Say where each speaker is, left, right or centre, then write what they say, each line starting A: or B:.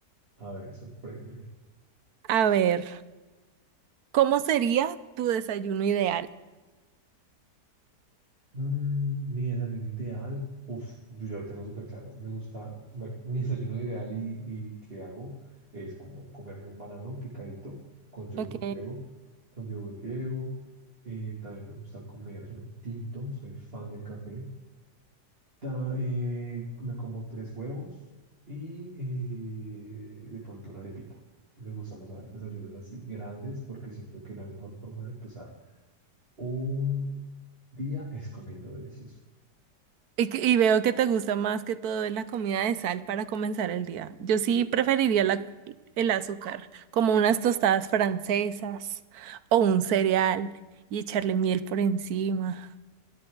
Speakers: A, on the right; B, on the right.
A: A ver, sorpréndeme.
B: A ver, ¿cómo sería tu desayuno ideal?
A: Mm, mi desayuno ideal, uff, yo ya lo tengo súper claro. Me gusta, bueno, <laughs> mi desayuno ideal y, y que hago es como comerme un banano picadito con yogur
B: Ok.
A: griego, con yogur griego. Eh, también me gusta comerme un tinto, soy fan del café. Ta- eh, me como tres huevos y eh, de pronto una arepita. Me gustan los a- desayunos así grandes porque siento que la mejor forma de empezar un día es comiendo delicioso.
B: Y, que- y veo que te gusta más que todo es la comida de sal para comenzar el día. Yo sí preferiría la- el azúcar, como unas tostadas francesas o un cereal y echarle miel por encima.